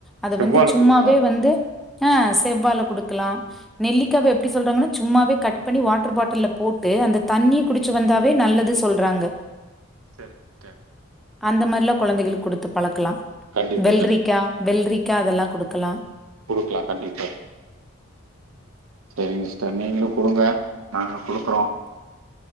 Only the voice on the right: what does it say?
செவ்வாழ
குடுக்கலா
<unintelligible>
கண்டிப்பா
கண்டி
குடுக்கலா கண்டிப்பா செரிங்க சிஸ்டர் நீங்களு குடுங்க நாங்களு குடுக்குறோ